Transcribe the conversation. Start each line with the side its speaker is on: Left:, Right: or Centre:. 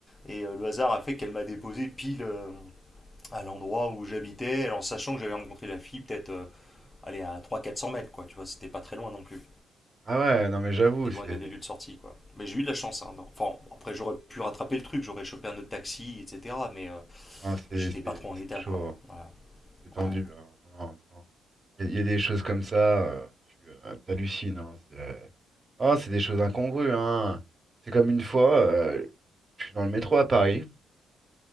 Left: Et euh, le hasard a fait qu'elle m'a déposé pile euh, à l'endroit où j'habitais, alors sachant que j'avais rencontré la fille peut-être euh, allez, à trois cents quatre cents mètres, quoi. Tu vois, c'était pas très loin non plus.
Right: Ah ouais, non, mais j'avoue,
Left: Des loin
Right: c'est.
Left: des lieux de sortie, quoi. Mais j'ai eu de la chance. hein, dans- Enfin, après, j'aurais pu rattraper le truc, j'aurais chopé un autre taxi, etc. Mais euh,
Right: non, c'est
Left: mais j'étais
Right: c'est-
Left: pas trop en
Right: c'est
Left: état,
Right: chaud.
Left: quoi.
Right: hein.
Left: Voilà.
Right: C'est tendu.
Left: Ouais.
Right: hein. Non, non, non. Il y, a y a des choses comme ça, euh, tu euh, t'hallucines. hein, c'est euh, oh, c'est des choses incongrues. hein. C'est comme une fois, euh, je suis dans le métro à Paris,